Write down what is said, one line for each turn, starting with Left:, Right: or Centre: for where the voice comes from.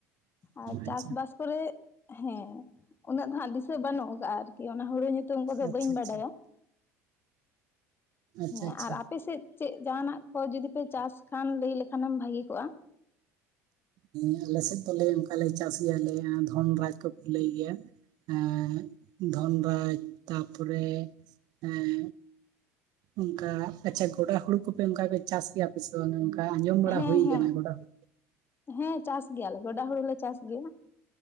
Left: ᱟᱨ ᱪᱟᱥᱵᱟᱥ
Right: ᱟᱪᱪᱷᱟ
Left: ᱠᱚᱨᱮ ᱦᱮᱸ ᱩᱱᱟᱹᱜ ᱫᱚ ᱦᱟᱸᱜ ᱫᱤᱥᱟᱹ ᱵᱟᱹᱱᱩᱜ ᱟᱠᱟᱫᱼᱟ ᱟᱨᱠᱤ ᱚᱱᱟ ᱦᱳᱲᱳ ᱧᱩᱛᱩᱢ ᱠᱚᱫᱚ
Right: ᱟᱪᱪᱷᱟ
Left: ᱵᱟᱹᱧ
Right: ᱟᱪᱪᱷᱟ
Left: ᱵᱟᱰᱟᱭᱟ ᱾
Right: ᱟᱪᱪᱷᱟ
Left: ᱦᱮᱸ
Right: ᱟᱪᱪᱷᱟ
Left: ᱟᱨ ᱟᱯᱮᱥᱮᱫ ᱪᱮᱫ ᱡᱟᱦᱟᱸᱱᱟᱜ ᱠᱚ ᱡᱚᱫᱤ ᱯᱮ ᱪᱟᱥ ᱠᱷᱟᱱ ᱞᱟᱹᱭ ᱞᱮᱠᱷᱟᱱᱮᱢ ᱵᱷᱟᱹᱜᱤ ᱠᱚᱜᱼᱟ ᱾
Right: ᱦᱮᱸ ᱟᱞᱮ ᱥᱮᱫ ᱫᱚᱞᱮ ᱚᱱᱠᱟᱞᱮ ᱪᱟᱥ ᱜᱮᱭᱟᱞᱮ ᱫᱷᱚᱱ ᱨᱟᱡᱽ ᱠᱚᱠᱚ ᱞᱟᱹᱭ ᱜᱮᱭᱟ ᱾ ᱮᱸᱜᱻ ᱫᱷᱚᱱᱨᱟᱡᱽ ᱛᱟᱨᱯᱚᱨᱮ ᱮᱸ ᱚᱱᱠᱟ ᱟᱪᱷᱟ ᱜᱚᱰᱟ ᱦᱩᱲᱩ ᱠᱚᱯᱮ ᱚᱱᱠᱟ ᱟᱯᱮ ᱪᱮ ᱜᱚᱰᱟ ᱦᱳᱲᱳ ᱠᱚ ᱯᱮ ᱚᱱᱠᱟ ᱪᱟᱥ ᱜᱮᱭᱟ ᱯᱮᱥᱮ ᱚᱱᱮ ᱚᱱᱠᱟ ᱟᱸᱡᱚᱢ ᱵᱟᱲᱟ
Left: ᱦᱮᱸ
Right: ᱦᱩᱭ ᱟᱠᱟᱱᱟ
Left: ᱦᱮᱸ
Right: ᱜᱚᱰᱟ ᱦᱩᱲᱩ
Left: ᱦᱮᱸ ᱪᱟᱥ ᱜᱮᱭᱟᱞᱮ ᱜᱚᱰᱟ ᱦᱳᱲᱳ ᱞᱮ ᱪᱟᱥ ᱜᱮᱭᱟ ᱾